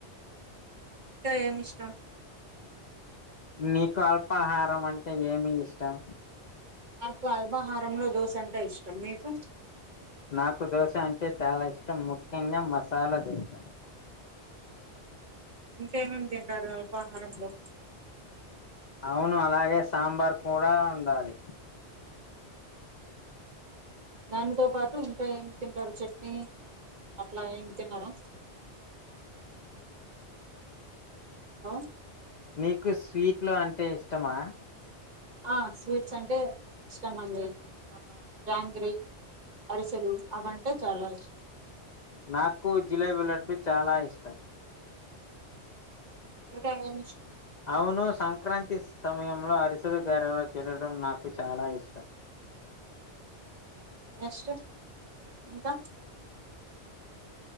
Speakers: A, on the right; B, on the left.
A: ఇంకా ఏమి ఇష్టం
B: నీకు అల్పాహారం అంటే ఏమి ఇష్టం
A: నాకు అల్బహారంలో దోశ అంటె ఇష్టం మీకు
B: నాకు దోశ అంటే చాలా ఇష్టం ముఖ్యంగా మసాలా దోశ
A: ఇంకేమేమి తింటారు అల్పాహారంలో
B: అవును అలాగే సాంబార్ కూడా ఉండాలి
A: దానితో పాటు ఇంకా ఏం తింటారు చట్నీ అట్లా ఏమి తినర <inaudible> ఆ
B: నీకు స్వీట్లు అంటే ఇష్టమా
A: ఆ స్వీట్స్ అంటే ఇష్టం అం ఆ జాంగ్రి అరిసెలు అవంటే చాలా ఇష్టం
B: నాకు జిలేబీ లడ్డు చాలా ఇష్టం
A: ఇంకా ఏమి ఇష్టం
B: అవును సంక్రాంతి సమయంలో అరిసలు గారెలు తినడం నాకు చాలా ఇష్టం
A: నెక్స్ట్ ఇంకా